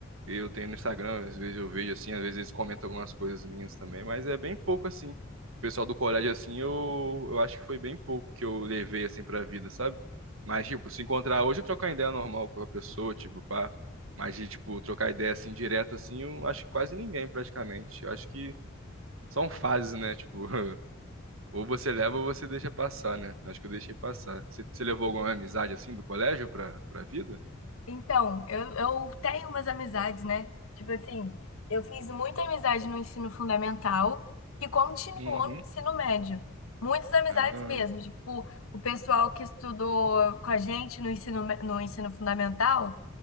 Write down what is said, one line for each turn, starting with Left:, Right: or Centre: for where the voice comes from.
Right: Eu tenho no Instagram, às vezes eu vejo assim, às vezes eles comentam algumas coisas minhas também, mas é bem pouco assim. O pessoal do colégio assim, eu, eu acho que foi bem pouco que eu levei assim pra vida, sabe? Mas tipo, se encontrar hoje eu trocar ideia normal com a pessoa, tipo, pá. Mas de tipo trocar ideia assim direto assim, eu acho que quase ninguém praticamente. Eu acho que são fases, né? Tipo, <laughs> ou você leva ou você deixa passar, né? Acho que eu deixei passar. Você, você levou alguma amizade assim do colégio pra, pra vida?
Left: Então, eu, eu tenho umas amizades, né? Tipo assim, eu fiz muita amizade no ensino fundamental que continuou
Right: Uhum.
Left: no ensino médio. Muitas amizades
Right: Ah,
Left: mesmo. Tipo, o pessoal que estudou com a gente no ensino, me- no ensino fundamental